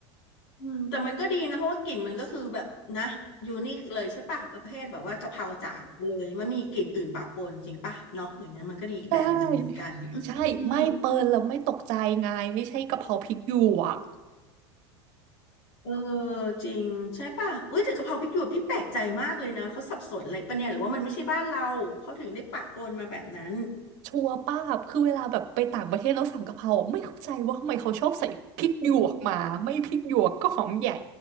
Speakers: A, on the left; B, on the right.
A: อืมแต่มันก็ดีนะเพราะว่ากลิ่นมันก็คือแบบนะยูนิคเลยใช่ป่ะประเภทแบบว่ากะเพราจางเลยมันมีกลิ่นอื่นปะปนจริงป่ะเนาะอย่างนั้นมันก็ดีอีกแบบหนึ่งเหมือนกันอืม
B: <laughs> ใช่ใช่ไม่เปิดแล้วไม่ตกใจไงไม่ใช่กะเพราพริกหยวก
A: เออจริงใช่ป่ะอุ้ยแต่กะเพราพริกหยวกพี่แปลกใจมากเลยนะเขาสับสนอะไรปะเนี่ยหรือว่ามันไม่ใช่บ้านเราเขาถึงได้ปะปนมาแบบนั้น
B: ชัวร์ป้าบคือเวลาแบบไปต่างประเทศแล้วสั่งกะเพราอ่ะไม่เข้าใจว่าทำไมเขาชอบใส่พริกหยวกมาไม่พริกหยวกก็หอมใหญ่
A: อืม